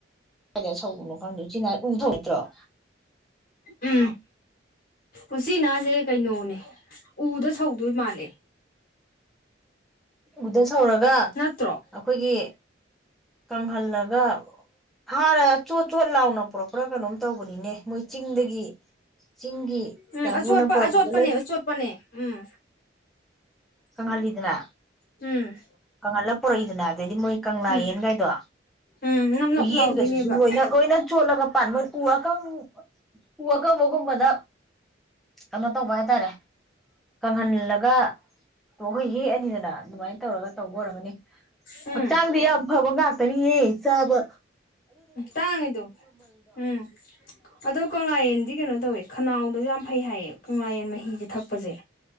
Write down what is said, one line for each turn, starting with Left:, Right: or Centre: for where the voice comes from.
Centre: ꯀꯗꯥꯏꯗ ꯁꯧꯕꯅꯣ ꯈꯪꯗꯦ ꯎꯆꯤꯅꯥ ꯎ ꯊꯧ ꯅꯠꯇ꯭ꯔꯣ
Left: ꯎꯝ ꯎꯆꯆꯤꯅꯥꯁꯦ ꯀꯩꯅꯣꯅꯦ ꯎꯗ ꯁꯧꯗꯣꯏ ꯃꯥꯜꯂꯦ
Centre: ꯎꯗ ꯍꯧꯔꯒ
Left: ꯅꯠꯇ꯭ꯔꯣ
Centre: ꯑꯩꯈꯣꯏꯒꯤ ꯀꯪꯍꯜꯂꯒ ꯍ ꯔ ꯆꯣ ꯆꯣ ꯂꯥꯎ ꯅ ꯄ꯭ꯔꯣ ꯄꯨꯔꯥ ꯀꯩꯅꯣꯝ ꯇꯧꯕꯅꯤꯅꯦ ꯃꯣꯏ ꯆꯤꯡꯗꯒꯤ ꯆꯤꯡꯒꯤ
Left: ꯎꯝ
Centre: ꯀꯥꯡꯕꯨꯅ
Left: ꯑꯆꯣꯠꯄ
Centre: ꯄꯨꯔꯛꯄꯗꯣ
Left: ꯑꯆꯣꯠꯄꯅꯦ
Centre: ꯂꯣꯏ
Left: ꯑꯆꯣꯠꯄꯅꯦ ꯎꯝ
Centre: ꯀꯪꯍꯜꯂꯤꯗꯅ
Left: ꯎꯝ
Centre: ꯀꯪꯍꯠꯂꯒ ꯄꯨꯣꯔꯛꯏꯗꯅ ꯑꯗꯩꯗꯤ ꯃꯣꯏ ꯀꯪꯂꯥ
Left: ꯎꯝ
Centre: ꯌꯦꯟꯒꯥꯏꯗꯣ
Left: ꯎꯝ ꯅꯞ ꯅꯞ
Centre: ꯎ
Left: ꯂꯥꯎꯗꯣꯏꯅꯦꯕ
Centre: ꯌꯦꯟꯒꯖꯁꯨ ꯂꯣꯏꯅ ꯂꯣꯏꯅ ꯆꯣꯠꯂꯒ ꯄ ꯃꯣꯏ ꯎ ꯑꯀꯪ ꯋꯥꯀ ꯋꯥꯒꯝꯕꯗ ꯀꯩꯅꯣ ꯇꯧꯕ ꯍꯥꯏꯇꯥꯔꯦ ꯀꯪꯍꯜꯂꯒ <unintelligible> ꯑꯗꯨꯃꯥꯏꯟ ꯇꯧꯔꯒ ꯇꯧꯕ ꯑꯣꯏꯔꯝꯒꯅꯤ
Left: ꯎꯝ
Centre: ꯍꯛꯆꯥꯡꯗꯤ ꯌꯥꯝ ꯐꯕ ꯉꯥꯛꯇ ꯆꯕ
Left: ꯇꯥꯡꯉꯤꯗꯣ ꯎꯝ ꯑꯗꯣ ꯀꯪꯂꯥꯌꯦꯟꯗꯤ ꯀꯩꯅꯣ ꯇꯧꯋꯦ ꯈꯅꯥꯎꯗꯁꯨ ꯌꯥꯝ ꯐꯩ ꯍꯥꯏꯌꯦ ꯀꯪꯂꯥ ꯌꯦꯟ ꯃꯍꯤꯁꯦ ꯊꯛꯄꯁꯦ